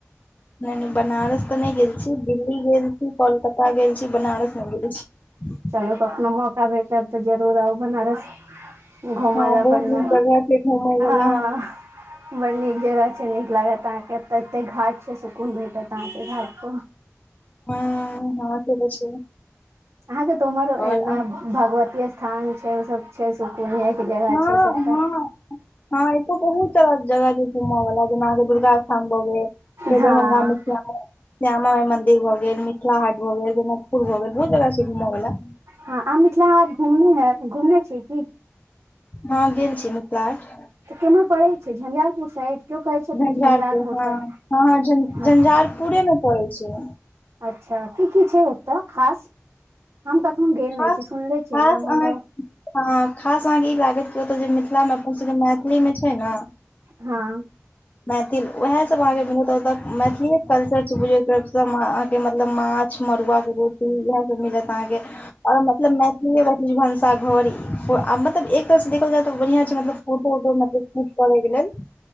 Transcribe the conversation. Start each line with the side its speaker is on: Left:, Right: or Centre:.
Left: न‌इ न‌इ बनारस त नै गेल छी दिल्ली गेल छी कोलकत्ता गेल छी बनारस न‌इ गेल छी
Right: चलु कखनो मौका भेटत त जरूर आउ बनारस घुम‌
Left: हँ
Right: ला
Left: बहुत
Right: बना
Left: नीक जगह छै घूमय वला
Right: हँ बड नीक जगह छै नीक लागत अहाँके अत एते घाट छै सुकुन भेटत अहाँके घाट प
Left: हुं हँ से त छै
Right: अहा के त उमरो
Left: आओर
Right: ऐने
Left: अहाँ-
Right: भगवती स्थान छै ओ सब छै सुकुन या के जगह
Left: हँ
Right: छै सबटा
Left: हँ हँ एतो बहुत तरह के जगह छै घूमऽ वाला जेना अहाँके दुर्गा स्थान भऽ गेल
Right: हँ
Left: <unintelligible> दरभंगामे श्यामा श्याम माइ मदिर भऽ गेल मिथिला हाट भऽ गेल जनकपुर भऽ गेल बहुत जगह छै घुम वला
Right: हँ आहाँ मिथिला हाट घुमने है घुमने छी की
Left: हँ गेल छी मिथिलाहाट
Right: तऽ केमहर पड़ै छै झञंझारपुर साइड केओ कहै छथिन
Left: झंझारपुर हँ
Right: साइड
Left: हँ हँ झं झंझारपुरेमे
Right: अच्छा
Left: पड़ै छै
Right: अच्छा की की छै ओतऽ खास हम कखनो गेल
Left: खास
Right: नहि छी सुनले छियै
Left: खास
Right: नाम हमरा
Left: अहाँके हँ खास आहाँ ई लागत कि ओतऽ जे मिथिला अपन सबके मैथिलीमे जे छै ने,
Right: हँ।
Left: मैथिल उएह सब अहाँके मिलत मैथिलीए कल्चर छै बुझ तर, <unintelligible> म अहाँके मतलब माछ मड़ुआ के रोटी इएह सब मिलत अहाँके, आओर मतलब मैथिली भनसाघर मतलब एक तरह स देखल जाय। बढ़ियां छै मतलब फोटो वोटो मतलब शूट करै के लेल।